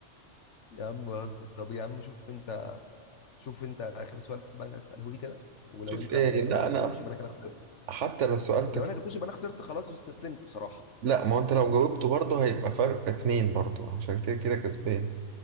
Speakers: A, on the left; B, on the right.
A: يا عم بهزر طب يا عم شوف انت شوف انت اخر سؤال بقى انا هتساله لي كده ولو
B: شوف
A: انت
B: إيه
A: لو انا
B: لا
A: ما جبتوش
B: أنا
A: يبقى انا كده خسرت
B: حتى لو سألتك
A: لو انا جبتوش يبقى انا خسرت خلاص واستسلمت بصراحة
B: لا ما هو أنت لو جاوبته برضه هيبقى فرق اتنين برضه عشان كده كده كسبان